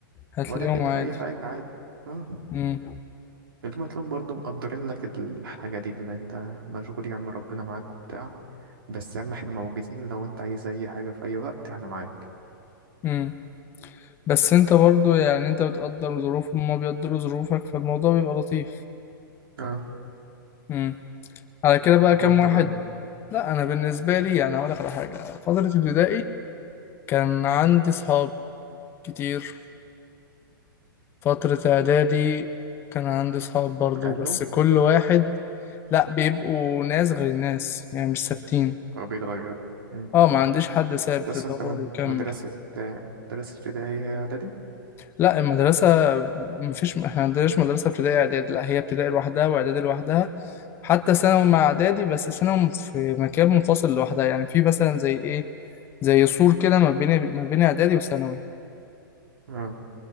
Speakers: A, on the left; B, on the right.
A: هتلاقيهم
B: ولكن
A: عادي
B: في اي حاجه عادي اه
A: مم.
B: اليوم هتلاقيهم برضه مقدرين لك الحاجه دي اللي انت مشغول يا عم ربنا معاك وبتاع بس يا عم احنا موجودين لو انت عايز اي حاجه في اي وقت احنا معاك
A: مم. بس أنت برضو يعني أنت بتقدر ظروفهم وما بيقدروا ظروفك فالموضوع بيبقى لطيف
B: اه
A: مم. على كده بقى
B: طب
A: كام
B: وانت
A: واحد
B: بقى
A: لا أنا بالنسبة لي يعني هقولك على حاجة فترة ابتدائي كان عندي صحاب كتير فترة إعدادي كان عندي صحاب برضو
B: قال
A: بس
B: له
A: كل واحد لأ بيبقوا ناس غير الناس يعني مش ثابتين
B: اه بيتغير مم.
A: اه ما عنديش حد ثابت
B: بس
A: اللي
B: انت
A: هو
B: مد-
A: يكمل
B: مدرسه آه، مدرسه ابتدائيه هي اعدادي
A: لأ المدرسة مفيش احنا عندناش مدرسة ابتدائي إعدادي لأ هي ابتدائي لوحدها وإعدادي لوحدها حتى ثانوي مع إعدادي بس ثانوي في مكان منفصل لوحدها يعني في مثلا زي إيه زي سور كده ما بين ما بين إعدادي وثانوي
B: اه